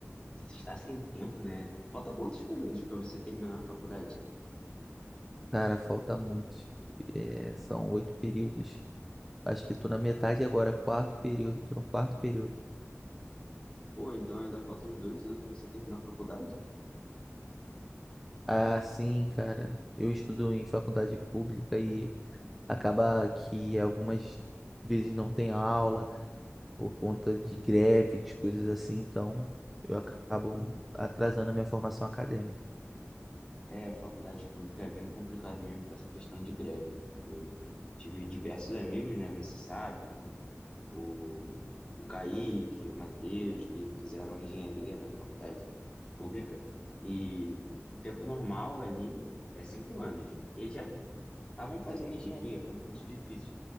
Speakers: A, on the left; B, in the centre.
A: você está sem tempo, né? Falta quantos períodos para você terminar a faculdade?
B: Cara, falta muito. É, são oito períodos. Acho que tô na metade agora, quarto período, tô no quarto período.
A: Pô, então ainda faltam uns dois anos para você terminar a faculdade?
B: Ah, sim, cara. Eu estudo em faculdade pública e acaba que algumas vezes não tem aula por conta de greves, coisas assim, então eu acabo atrasando a minha formação acadêmica.
A: É, faculdade pública é bem complicado mesmo com essa questão de greve. Eu tive diversos amigos, né? Você sabe, porra, o, o Kaique, o Matheus, que fizeram engenharia na faculdade pública. E o tempo normal ali é cinco anos. Eles já estavam fazendo engenharia, que é um curso difícil.